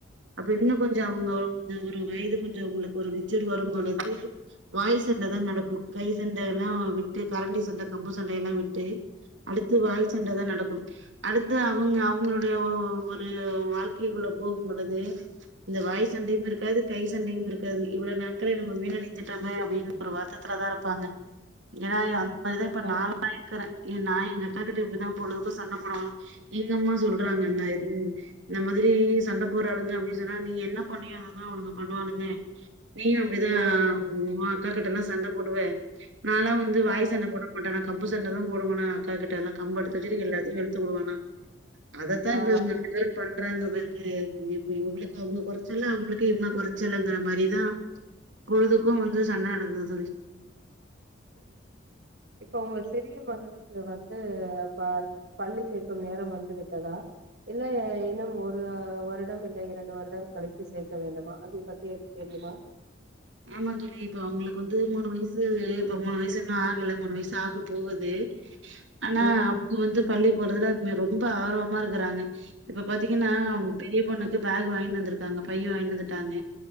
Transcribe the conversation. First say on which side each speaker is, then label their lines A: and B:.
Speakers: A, on the right; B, on the right.
A: அப்ப இன்னு கொஞ்சோ
B: ம்
A: அவுங்க <inaudible> ஒரு வயது கொஞ்சோ அவுங்களுக் ஒரு வித் சிடு வரும் தோழி இதே வாய் சண்ட தா நடக்கு கை சண்டை எல்லா விட்டு கரண்டி சண்ட கம்பு சண்டை எல்லா விட்டு அடுத்து வாய்
B: ம்
A: சண்ட தா நடக்கு அடுத்து அவங்க அவங்களுடைய ஓ ஒரு வாழ்க்கைகுள்ள போகும் பொழுது இந்த வாய் சண்டையுமிருக்காது
B: ம்
A: கை சண்டையுமிருக் க்கது இவ்ள நேரத்துல நம்ம வீணடித்திட்டமே அப்டின் ஒரு வருத்தத்துல தா இருப்பாங்க ஏனா இவே அந் மாரிதா இப்ப
B: கண்
A: நாலா க்குறே எ நா எங்கக்கா கிட்ட இப்டிதா பொழுதுக்கு சண்ட போடுவனா எங்கம்மா சொல் ல்றாங்க
B: ம்
A: அந்த மாரின் இந்த மாதிரி சண்ட
B: ம்ஹ்ம்.
A: போறாளுங்க அப்டி ஞ்சனா நீ என்ன பண்ணியோ அதுதா அவுளுங்க பண்ணுவாளுங்க நீயு அப்டிதா
B: ம் ம்
A: ஓ அக்காகிட்டலா சண்ட போடுவ நாலா வந்து வாய்
B: ம்
A: சண்ட போட மாட்டனா கம்பு சண்ட தான் போடுவனா அக்காகிட்டலா கம்ப
B: ம்ஹ்ம்.
A: எடுத்து வச்சுட்டு எல்லாத்தையு வெளுத் துபுடுவனா அதத்தா
B: ஆ
A: இப்ப இவுங்க ரெண்டு பேரு பண்றாங்க பெருக்கு <unintelligible> இவுங்க கொறச்சல்லா அவுங் ங்குளுக்கு இவுங்க கொறச்சல்லங்குற மாரிதா பொழுதுக்கு வந்து சண்ட நடக்குது தோழி
B: ம் இப்ப ஒங்க சிறிய மகளுக்கு வந்து பா பள்ளி சேக்கும் நேரம் வந்து விட்டதா இல்ல ஏ இன்னும் ஒரு வருடம் இல்ல இரண்டு வருடம் கழித்து சேர்க்க வேண்டுமா அதை பத்தி எதும் தெரியுமா
A: ஆமாந்தோழி இப்ப அவுங்குளுக்கு வந்து மூணு வய்சு இப்ப மூணு வய்சு இன்னு ஆகல மூணு வய்சு ஆக போகுது ஆனா
B: ம்
A: அவுங்க வந்து பள்ளி போறதுல இங் ரொம்ப ஆர்வமாருக்குறாங்க இப்ப பாத்தீங்கன்னா
B: ம்
A: அவுங் பெரிய பொண்ணுக்கு பேகு வாங்கி வந்துருக்காங்க பை வாங்கிட்டு வந்துட்டாங்க